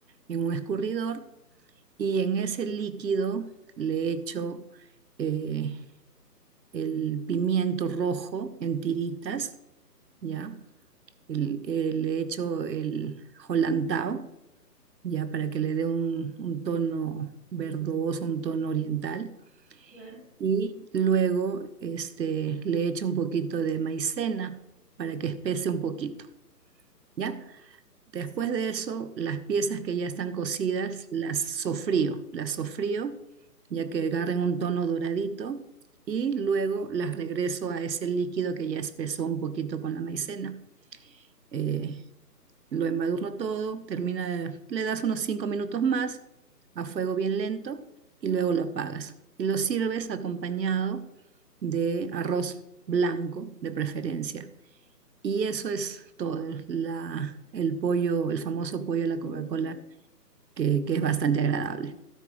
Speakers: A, on the right (about 80°); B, in the centre.
A: en un escurridor y en ese líquido le echo eh, el pimiento rojo en tiritas, ¿ya? El- eh, le echo el holantao, ¿ya? Para que le dé un, un tono verdoso, un tono oriental
B: Claro.
A: y luego este, le echo un poquito de maicena para que espese un poquito, ¿ya? Después
B: Sí.
A: de eso, las piezas que ya están cocidas las sofrío, las sofrío ya que agarren un tono doradito y luego las regreso a ese líquido que ya espesó un poquito con la maicena. Eh, lo embadurno todo, termina, le das unos 5 minutos más a fuego bien lento y luego lo apagas. Y lo sirves acompañado de arroz blanco de preferencia. Y eso es todo, la, el pollo, el famoso pollo de la
B: <laughs>
A: Coca-Cola, que, que es bastante agradable.